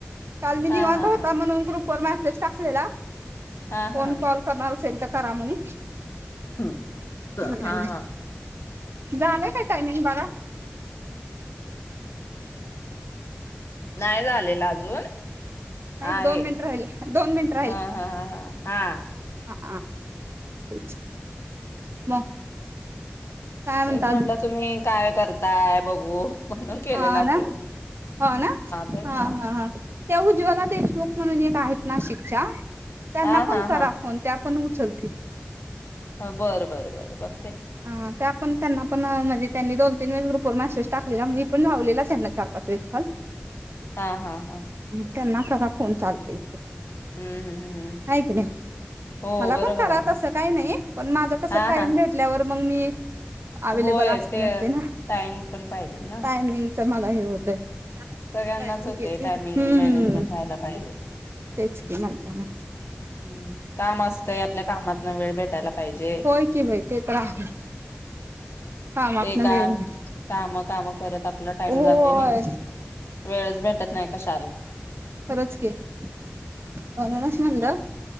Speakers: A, on the right; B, on the left.
A: काल मी
B: हा
A: निवांत
B: हा
A: होता
B: हा
A: म्हणून ग्रुप पर मेसेज टाकलेला
B: हा
A: फोन
B: हा
A: कॉल करणार असेल तर करा म्हणून
B: हम्म
A: हम
B: हा हा
A: झालंय काय टायमिंग बघा
B: नाय झालेल अजून आहे
A: एक दोन मिनिट राहिले दोन मिनिट
B: हं हं हं हा
A: आ तेच मग काय म्हणता
B: तेच म्हटलं
A: अजून
B: तुम्ही काय करताय बघू म्हणून केलेला
A: हा ना
B: फोन
A: हो ना
B: तेच
A: हा
B: ना
A: हा हा त्या उज्ज्वला देशमुख म्हणून एक आहेत नाशिकच्या त्यांना
B: हा
A: पण
B: हा
A: करा
B: हा
A: फोन त्या पण उ चलते
B: हं बरं बरं बर ब
A: आ त्या पण त्यांना पण अ म्हणजे त्यांनी दोन-तीन वेळे ग्रुप पर मेसेज टाकलेला मी पण लावलेला त्यांना चार-पाच वेळेस कॉल
B: हा हा हा
A: त्यांना कसा फोन चालते?
B: हम्म हम्म हम्म
A: हाय की नाही
B: हो
A: मला
B: बरोबर
A: पण करा
B: आहे ना
A: तस काही नाही पण माझं कसं
B: हा
A: टाइम
B: हा
A: भेट तर मग मी अवेलेबल
B: होय
A: असते
B: ते
A: नसते ना
B: टाइम पण पाहिजेत ना
A: टायमिंगच मला हे होतय
B: सगळ्यांनाच
A: काय पण
B: होते,
A: घेत
B: टायमिंग
A: हम्म
B: मॅनेजमेंट व्हायला पाहिजे,
A: तेच की म्हणताना
B: हुं काम असतय आपल्या कामातन वेळ भेटायला पाहिजे
A: होय की बाय ते तर आहे कामातन
B: ते का
A: वेळ मिळतो
B: काम-काम करत आपला टाइम
A: होय
B: जातो निघून वेळच भेटत नाही काशाला
A: खरच की म्हणूनच म्हणलं